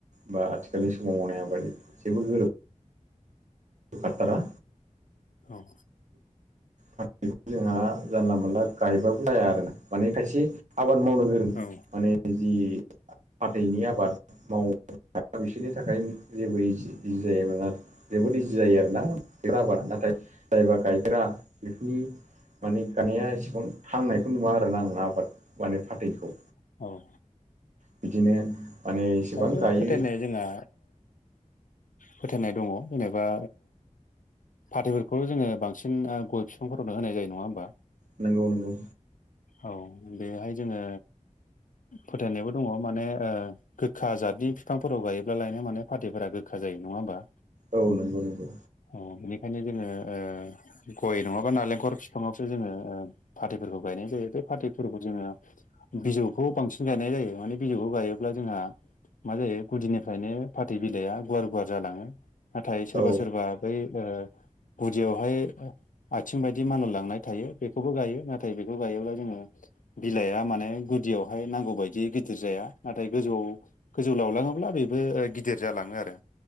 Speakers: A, on the right (about 65°); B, on the left (about 85°).
A: बा आथिखालनि समाव मावनाय आबाद जेबो गोरोब खाथारा
B: औ
A: बै जोंहा जानला मोनला गायबाबो जाया आरो माने खायसे आबाद मावनो गोरों
B: औ
A: माने जि हाथैनि आबाद मावो दा बिसोरनि थाखाय जेबो इजि इजि जायोना जोबोद जायो आरोना नाथाय जायबा गायग्रा बेफोरनि माने गायनाया एसेबां थांनायखौ नुवा आरोना आं आबाद माने फाथैखौ
B: औ
A: बिदिनो माने एसेबां
B: आरोबाव
A: गायो
B: फोथायनाया जोंहा फोथायनाय दङ जेनेबा फाथैफोरखौ जोङो बांसिन गय बिफांफोरावनो होनाय जायो नङा होमबा
A: नंगौ नंगौ
B: औ बेहाय जोङो फोथायनायावो दङ माने ओ गोखा जादनि बिफांफोराव गायोब्लाालायनो माने फाथैफोरा गोखा जायो नङा होमबा
A: औ नंगौ नंगौ
B: औ बेनिखायनो जोङो ओ गय नङाबा नालेंखर बिफाङावसो जोङो ओ फाथैफोरखौ गायनाय जायो बे फाथैफोरखौ जोङो बिजौखौ बांसिन गायनाय जायो माने बिजौखौ गायोब्ला जोंहा मा जायो गुदिनिफ्रायनो फाथै बिलाइआ गुवार गुवार जालाङो नाथाय सोरबा
A: औ
B: सोरबा बै ओ गुदियावहाय आथिं बायदि मानलालांनाय थायो बेखौबो गायो नाथाय बेखौ गायोब्ला जोङो बिलाइआ माने गुदियावहाय नांगौ बायदि गिदिर जाया नाथाय गोजौआव गोजौ लावलाङोब्ला बेबो गिदिर जालाङो आरो